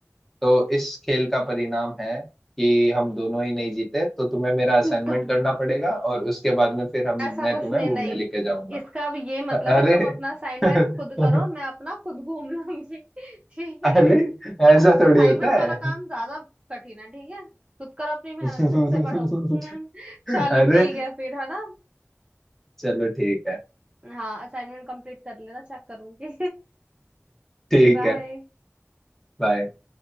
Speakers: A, in the centre; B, on the right.
A: तो इस खेल का परिणाम है कि हम दोनों ही नहीं जीते तो तुम्हें मेरा असाइनमेंट
B: <laughs>
A: करना पड़ेगा और उसके बाद में फिर हम
B: ऐसा
A: मैं
B: कुछ
A: तुम्हें
B: नहीं
A: घूमने
B: नहीं
A: लेके जाऊंगा
B: इसका अब ये मतलब
A: अ-
B: है
A: अरे
B: तुम अपना असाइनमेंट
A: <laughs>
B: खुद करो मैं अपना खुद घूम लूंगी <laughs> ठीक है
A: अरे
B: हाँ,
A: ऐसा थोड़ी
B: असाइनमेंट
A: होता
B: वाला
A: है
B: काम ज्यादा कठिन है ठीक है खुद करो अपनी
A: <laughs>
B: मेहनत खुद से पढ़ो <laughs> चलो
A: अरे
B: ठीक है फिर है ना
A: चलो ठीक है
B: हाँ असाइनमेंट कंप्लीट कर लेना चेक करूंगी
A: ठीक
B: <laughs> बाय
A: है बाय